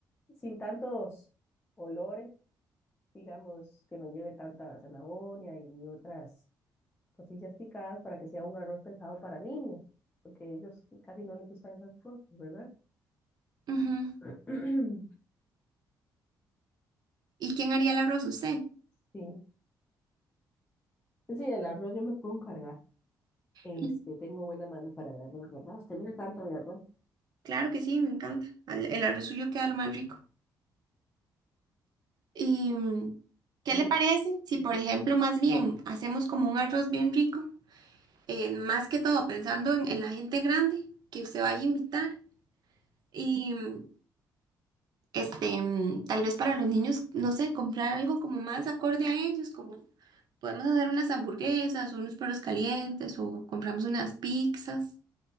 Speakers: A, on the left; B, on the right.
A: sin tantos olores, digamos, que no lleve tanta zanahoria y otras cosillas picadas para que sea un arroz pensado para niños, porque ellos casi no les gustan esas cosas, ¿verdad?
B: ujú.
A: <clears throat>
B: ¿Y quién haría el arroz? ¿Usted?
A: Sí, sí, del arroz yo me puedo encargar. Este,
B: Y
A: tengo buena mano para el arroz, ¿verdad? A usted le encanta el arroz.
B: claro que sí, me encanta. Al- El arroz suyo queda lo más rico. ¿Y mm, qué
A: Sí,
B: le parece si,
A: es-
B: por ejemplo, más bien hacemos como un arroz bien rico? Eh, más que todo pensando en, en la gente grande que usted vaya a invitar. Y mm, este, mm, tal vez para los niños, no sé, comprar algo como más acorde a ellos, como podemos hacer unas hamburguesas, o unos perros calientes o compramos unas pizzas.